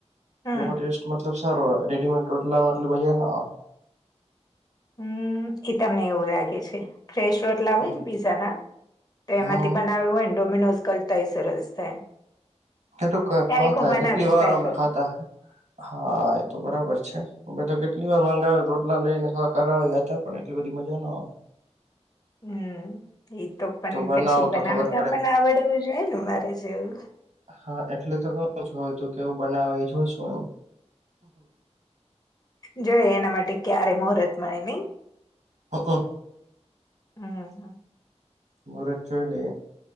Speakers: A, on the left; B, on the right.
A: હમ
B: એનો ટેસ્ટ મતલબ સારો રેડીમેડ ટોટલામાં આટલું મજા ના આવે.
A: હમ્મ એ તમને એવું લાગે છે. ફ્રેશ રોટલા
B: આવે.
A: હોય ને પીઝા ના તો
B: હમ
A: એમાંથી બનાવ્યું હોય ને ડોમિનોસ <unintelligible> સરસ થાય.
B: એ તો
A: ક્યારેક
B: ખાધા
A: હું બનાવીશ
B: કેટલી વાર
A: ટ્રાય
B: અમે
A: કરજો
B: ખાધા હા એ તો બરાબર છે. અમે તો કેટલી વાર મંગાવે રોટલા લઈને <unintelligible> પણ એટલી બધી મજા ના આવે
A: હમ્મ એ તો પણ
B: બનાવો
A: પછી બનાવતા
B: તો ખબર પડે
A: પણ આવડવું જોયે ને મારે જેવુ.
B: હા એટલે તો કહુ છુ, તુ કેવું બનાવે એ જોશું એમ
A: જોય એના માટે ક્યારે મુહૂર્તે મળે નય
B: <inaudible>
A: હા હા
B: મુરત જોય લે